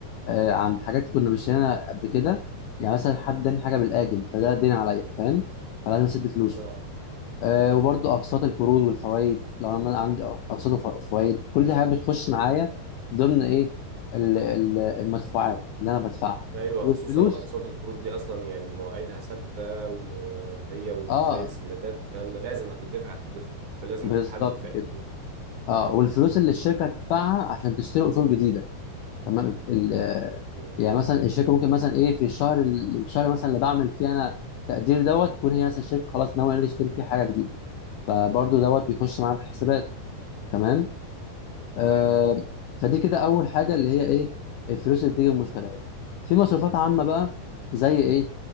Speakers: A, on the left (about 80°); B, on the right (about 60°).
A: آه عن حاجات كنا مشترينها قبل كده يعني مثلا حد اداني حاجه بالاجل فده دين عليا فاهم فلازم اسد فلوسه
B: اه
A: آه
B: مم.
A: وبرضو اقساط القروض والفوائد لو انا عندي اقساط وف- وفوائد كل دي حاجات بتخش معايا ضمن ايه ال- ال- المدفوعات اللي انا بدفعها
B: ايوه
A: والفلوس
B: خصوصا ان اقساط القروض دي اصلا يعني مواعيدها ثابته وهي وال-
A: اه
B: زي السندات والكلام ده لازم هتدفع هتدفع فلازم
A: بالظبط
B: تتحدد فعلا
A: كده اه
B: مم.
A: والفلوس اللي الشركه هتدفعها عشان تشتري اصول جديده تمام ال- آه،
B: مم.
A: يعني مثلا الشركه ممكن مثلا ايه في الشهر ال- الشهر مثلا اللي بعمل فيه انا تقدير دوت تكون هي مثلا الشركه خلاص ناويه إن هي تشتري فيه حاجه جديده فبرضو دوت بيخش
B: مم.
A: معايا في الحسابات تمام آه
B: تمام
A: فدي كده اول حاجه اللي هي ايه الفلوس اللي بتيجي من المشتريات في مصروفات عامه بقى زي ايه